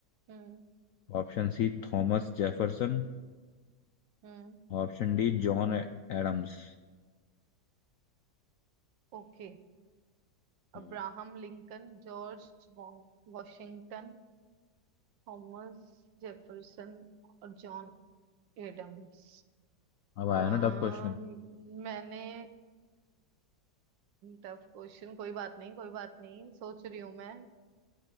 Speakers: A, on the right; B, on the left.
A: Hmm
B: Option C Thomas Jefferson
A: Hmm
B: Option D John Adams
A: Okay Abraham
B: हम्म,
A: Lincoln George Washington Thomas Jefferson और जॉन एडम्स
B: अब आया
A: अम,
B: ना टफ क्वेश्चन
A: मैंने टफ क्वेश्चन कोई बात नहीं कोई बात नहीं सोच रही हूँ मैं